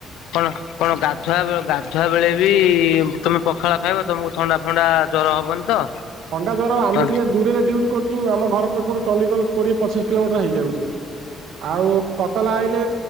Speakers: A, on the left; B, on the right.
A: କଣ କଣ ଗାଧୁଆ ବେ ଗାଧୁଆ ବେଳେ ବି ତମେ ପଖାଳ ଖାଇବ ତମକୁ ଥଣ୍ଡା ଥଣ୍ଡା ଜର ହବନି ତ?
B: ଥଣ୍ଡା ଜର ଆମେ
A: ହଁ
B: ଟିକେ ଦୂରରେ ଡ୍ୟୁଟି୍ କରୁ- ଚୁ ଆମ ଘର ପାଖରୁ ଚଣ୍ଡିଖୋଲ କୋଡିଏ ପଚିଶ କିଲୋମିଟର ହେଇଯାଉଚି ଆଉ ତତଲା ଆଇଲେ